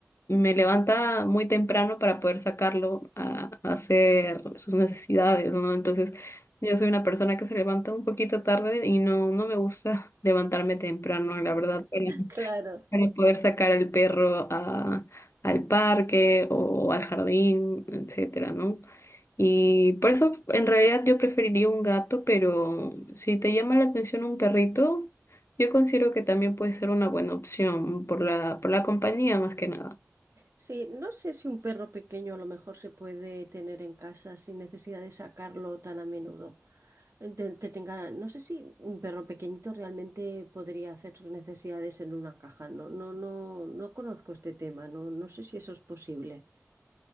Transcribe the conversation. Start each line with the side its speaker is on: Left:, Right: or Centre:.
Left: me levanta muy temprano para poder sacarlo a, a hacer sus necesidades, ¿no? Entonces, yo soy una persona que se levanta un poquito tarde y no, no me gusta <laughs> levantarme temprano, la verdad
Right: claro.
Left: para poder sacar al perro a- al parque o al jardín, etcétera, ¿no? Y por eso en realidad yo preferiría un gato, pero si te llama la atención un perrito, yo considero que también puede ser una buena opción por la, por la compañía más que nada.
Right: Sí, no sé si un perro pequeño a lo mejor se puede tener en casa sin necesidad de sacarlo tan a menudo. De- que tenga, no sé si un perro pequeñito realmente podría hacer sus necesidades en una caja. No, no, no, no conozco este tema, no, no sé si eso es posible.